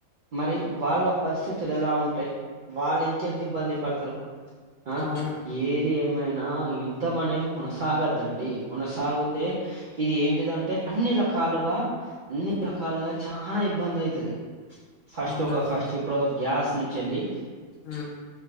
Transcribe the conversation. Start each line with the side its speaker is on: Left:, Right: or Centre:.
Right: మరి వాళ్ళ పరిస్థితులు ఎలా ఉంటాయి వాళ్ళు ఇంకెంత ఇబ్బంది పడతరు ఆ
Left: అవును
Right: ఏ ఇది ఏమైనా యుద్ధం అనేది కొనసాగద్దండి కొనసాగితే ఇది ఏంటిద అంటే అన్ని రకాలుగా అన్ని రకాలుగా చాలా ఇబ్బంది అయితది ఫస్ట్
Left: అవునండి
Right: ఒక ఫస్ట్ ఇప్పుడు ఒక గ్యాస్ నుంచళ్ళి
Left: ఆ